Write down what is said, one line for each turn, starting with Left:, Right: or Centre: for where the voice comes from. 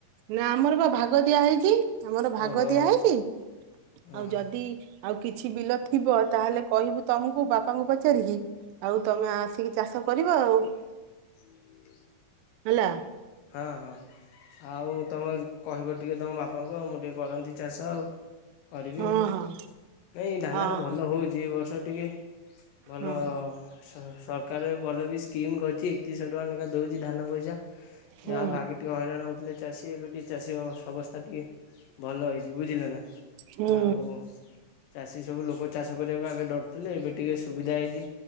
Right: ନା ଆମର ବା ଭାଗ ଦିଆ ହେଇଛି ଆମର ଭାଗ
Left: ଓହୋ
Right: ଦିଆ ହେଇଛି
Left: ଓହୋ
Right: ଆଉ ଯଦି ଆଉ କିଛି ବିଲ ଥିବ ତାହେଲେ କହିବୁ ତମକୁ ବାପାଙ୍କୁ ପଚାରିକି ଆଉ ତମେ ଆସିକି ଚାଷ କରିବ ଆଉ ।
Left: <unintelligible>
Right: ହେଲା ।
Left: ହଁ ହଁ । ଆଉ ମୁଁ ତମର କହିବ ଟିକେ ତମ ବାପାଙ୍କୁ ଆଉ ମୁଁ ଟିକେ କରନ୍ତି ଚାଷ ଆଉ । କରିବି
Right: ହଁ
Left: ଆଉ
Right: ହଁ।
Left: ନାଇଁ ଧାନଟା
Right: ଓହୋ
Left: ଭଲ ହଉଛି ଏ ବର୍ଷ ଗଟିକେ ଭଲ
Right: ହଁ
Left: । ସରକାର ଭଲ ବି ସ୍କିମ୍ କରିଛି ଏକତିରିଶହ ଟଙ୍କା ଲେଙ୍କା ଦେଉଛି ଧାନ ପଇସା ।
Right: ହୁଁ
Left: ଯାହାହଉ ଆଗେ ଟିକେ ହଇରାଣ ହଉଥିଲେ ଚାଷୀ ଏବେ ଟିକେ ଚାଷୀ ଅବସ୍ଥା ଟିକେ ଭଲ ହେଇଛି ବୁଝିଲ ନା
Right: ହୁଁ
Left: ଆଉ ଚାଷୀ ସବୁ ଲୋକ ଚାଷ କରିବାକୁ ଆଗେ ଡରୁଥିଲେ ଏବେ ଟିକେ ସୁବିଧା ହେଇଛି